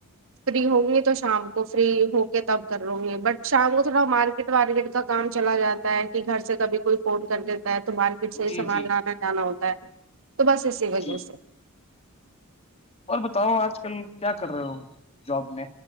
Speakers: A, on the right; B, on the left.
A: فری ہوں گی تو شام کو فری ہو کے تب کر لوں گی بٹ شام کو تھوڑا مار ٹ کا کام چلا جاتا ہے کہ گھر سے کبھی کوئی فون کرتے تو مارکیٹ سے ہی
B: جی
A: سامان
B: جی
A: لانا جانا ہوتا ہے تو بس اسی وجہ
B: جی
A: سے
B: اور بتاؤ آج کل کیا کر رہے ہو جاب میں